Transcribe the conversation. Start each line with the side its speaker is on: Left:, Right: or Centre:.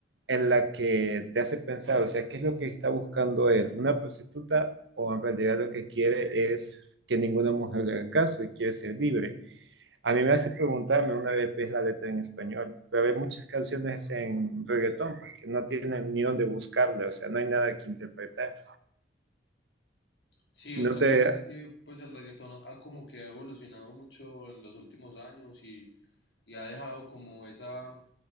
Right: en la que te hace pensar, o sea, ¿qué es lo que está buscando él? ¿Una prostituta o en realidad lo que quiere es que ninguna mujer le haga caso y quiere ser libre? A mí me hace preguntarme una vez qué es la letra en español, pero hay muchas canciones en reggaetón pues, que no tienen ni dónde buscarle, o sea, no hay nada que interpretar.
Left: Sí, otra
Right: No te...
Left: cosa es que pues el reggaetón ha como que ha evolucionado mucho en los últimos años y, y ha dejado como esa,